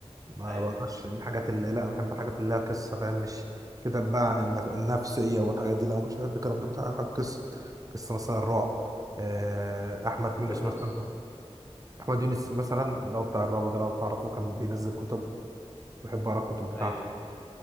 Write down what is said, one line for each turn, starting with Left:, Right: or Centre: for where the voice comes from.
Right: ما
Left: ايوه
Right: بقراش الحاجات اللي لا بحب الحاجات اللي لها قصه فاهم مش كتاب بقى عن النف... النفسيه والحاجات دي لا ما كنتش بحب الكلام ده كنت بحب حاجه قصه قصه مثلا الرعب آه، احمد يونس
Left: قصص
Right: مثلا احمد يونس مثلا لو بتاع الرعب ده لو تعرفه كان بينزل كتب بحب اقرا الكتب بتاعته
Left: ايوه